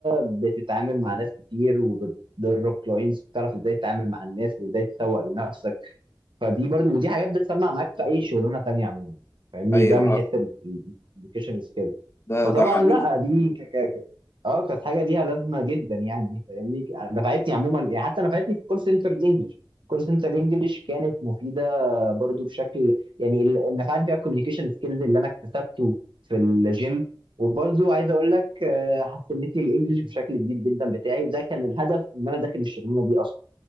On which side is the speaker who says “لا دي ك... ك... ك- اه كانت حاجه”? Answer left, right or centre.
Right